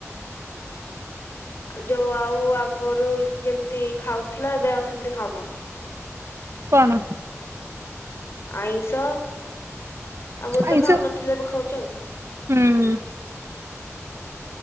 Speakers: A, on the left (about 50°); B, on the right (about 60°).
A: ଯୋଉ ଆଉ ଆଗରୁ ଯେମିତି ଖାଉଥିଲା ଏବେ ଆଉ ସେମତି ଖାଉନ।
B: କଣ?
A: ଆଇଁଷ। ଆଉଗରୁ
B: ଆଇଁଷ
A: ତ ଖାଉନଥିଲେ ଏବେ ଖାଉଛ ଆଉ।
B: ହୁଁ